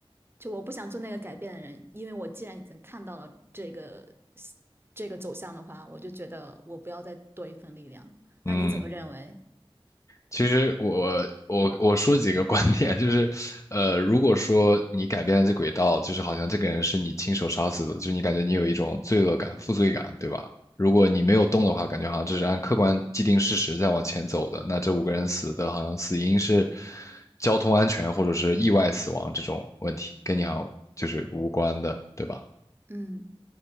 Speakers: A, on the right; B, on the left.
A: 就我不想做那个改变的人，因为我既然已经看到了这个这个走向的话，我就觉得我不要再多一份力量。那你怎么认为？
B: 嗯，其实我我我说几个观点，就是，呃，如果说你改变了这轨道，就是好像这个人是你亲手杀死的，就是你感觉你有一种罪恶感、负罪感，对吧？如果你没有动的话，
A: 嗯
B: 感觉好像这是按客观既定事实在往前走的。那这五个人死的好像死因是交通安全或者是意外死亡这种问题，跟你好像就是无关的，对吧？
A: 嗯